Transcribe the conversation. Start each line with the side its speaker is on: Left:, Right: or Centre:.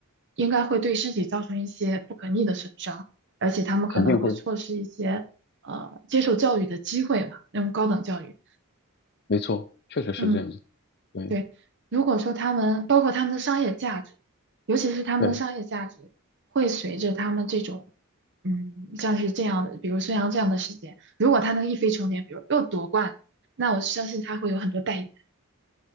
Right: 应该会对身体造成一些不可逆的损伤，而且他们可能会错失一些呃接受教育的机会嘛，
Left: 肯定会，
Right: 那种高等教育。
Left: 没错，确实是这样子，
Right: 嗯，
Left: 对
Right: 对，如果说他们包括他们的商业价值，尤其是他们的商业价值会随着他们这种，
Left: 对。
Right: 嗯，像是这样的，比如孙杨这样的事件，如果他能一飞冲天，比如又夺冠，那我相信他会有很多代言。